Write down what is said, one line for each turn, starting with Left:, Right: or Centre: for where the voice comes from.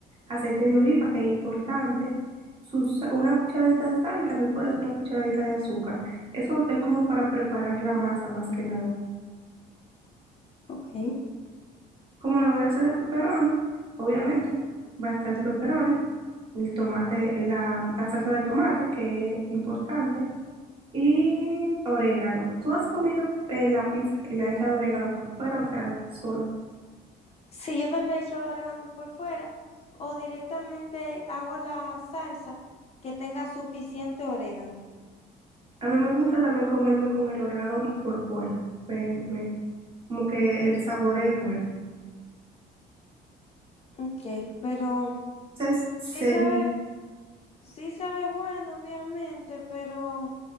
Right: Aceite de oliva, que es importante. Sus, una cucharadita de sal y también puedes una cucharadita de azúcar. Eso es como para preparar la masa más que nada.
Left: Ok.
Right: Como la voy a hacer de pepperoni, obviamente va a estar el pepperoni, el tomate, la, la salsa de tomate, que es importante, y orégano. ¿Tú has comido eh, la pizza y la hecha de orégano por fuera, o sea, solo?
Left: Sí, yo también echo orégano por fuera o directamente hago la salsa que tenga suficiente orégano.
Right: A mí me gusta también comerme con el orégano por fuera. Me, me- como que el sabor es bueno.
Left: Ok, pero
Right: Entonces, seguí.
Left: sí sabe, sí sabe bueno, obviamente, pero